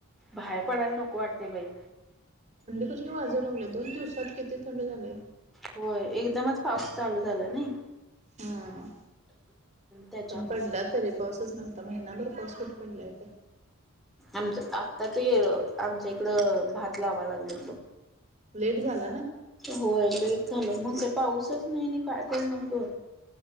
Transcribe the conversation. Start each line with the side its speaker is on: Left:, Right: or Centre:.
Centre: बाहेर पडायला नको वाटते बाई
Right: कस वाजव लाले दोन दिवसात किती थंड झाले
Centre: होय एकदमच पाऊस चालू झाला नाही
Right: हा
Centre: त्याच्यामुळे
Right: पण पडला तरी पाऊसच नव्हता महिनाभर पाऊस कुठे पडलाय तर
Centre: आमच आत्ता ते आमच्या इकडं भात लावा लागले
Right: लेट झालं
Centre: होय लेट झालं मग ते पाऊसच नाही नाही काय करणार ग